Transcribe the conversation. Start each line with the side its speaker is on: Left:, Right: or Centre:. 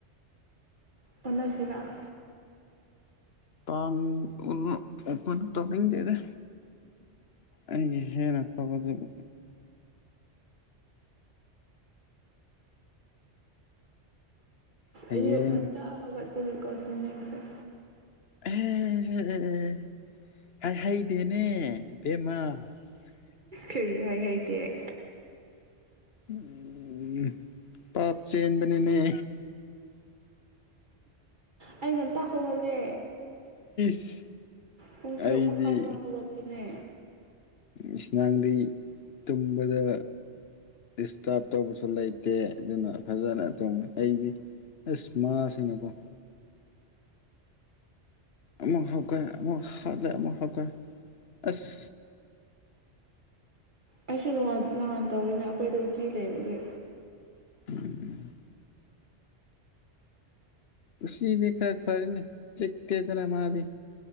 Right: ꯑꯣꯟꯅ ꯁꯦꯔ
Left: ꯀꯥꯡ <unintelligible> ꯇꯥꯅꯤꯡꯗꯦꯗ ꯑꯩꯅ ꯍꯦꯟꯅ ꯏꯂꯤꯖꯤꯕꯤꯂꯤ ꯍꯌꯦꯡ
Right: ꯑꯥꯌꯨꯛ ꯉꯟꯇꯥ ꯍꯧꯒꯠ ꯎꯝ ꯀꯣ ꯇꯨꯝꯅꯤꯡꯗꯔꯦ
Left: ꯑꯍꯦ ꯍꯦ ꯑꯦ ꯑꯦ ꯑꯦ ꯍꯥꯏ ꯍꯩꯗꯦꯅꯦ ꯏꯕꯦꯝꯃ
Right: ꯀꯩ ꯍꯥꯢ ꯍꯥꯢꯗꯦ
Left: ꯎꯨꯝ ꯄꯥꯞ ꯆꯦꯟꯕꯅꯤꯅꯦ
Right: ꯑꯩ ꯉꯟꯇꯥ ꯍꯧꯒꯠꯂꯦ
Left: <inaudible>
Right: ꯄꯨꯡ ꯇꯔꯨꯛ
Left: ꯑꯩꯗꯤ
Right: ꯃꯈꯥꯏꯗ ꯍꯧꯒꯠꯄꯅꯦ
Left: ꯏꯁ ꯅꯥꯗꯤ ꯇꯨꯝꯕꯗ ꯗꯤꯁꯇ꯭ꯔꯕ ꯇꯧꯕꯁꯨ ꯂꯩꯇꯦ ꯑꯗꯨꯅ ꯐꯖꯅ ꯇꯨꯝꯃꯦ ꯑꯩꯗꯤ ꯑꯁ ꯃꯥꯁꯤꯡꯅꯀꯣ ꯑꯃꯨꯛ ꯍꯧꯒꯠ ꯑꯃꯨꯛ ꯍꯥꯠꯂꯦ ꯑꯃꯨꯛ ꯍꯧꯒꯠ ꯑꯁ
Right: ꯑꯩꯁꯨ ꯅꯨꯉ ꯅꯍꯥꯟ ꯇꯧꯔꯤꯅꯦ ꯑꯩꯈꯣꯏꯗꯣ ꯎꯆꯤ ꯂꯩꯕꯒꯤ
Left: <unintelligible> ꯎꯆꯤꯗꯤ ꯈꯔ ꯐꯔꯦꯅꯦ ꯆꯤꯛꯇꯦꯗꯅ ꯃꯥꯗꯤ